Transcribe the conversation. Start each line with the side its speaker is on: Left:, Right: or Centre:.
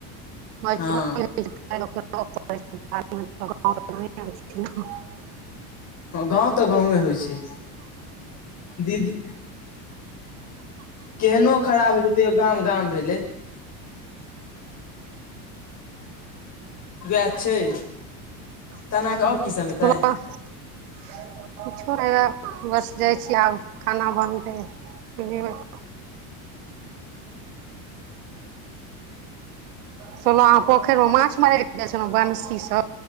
Right: <unintelligible>
Left: हँ हँ गाँव तऽ गाँवे होइ छै, दीद केहनो खराब होइ छै, तैयो गाम-गाम भेलै। वैह छै। तेना
Right: <unintelligible>
Left: कऽ आओर की सब हेतै
Right: किछो नहि वैह बस जाइ छियै, आब खाना बनतै, फेमे <inaudible> सुनलौ अहाँ पोखैर में माछ मारय लै गैल छेलहुँ बंसी स?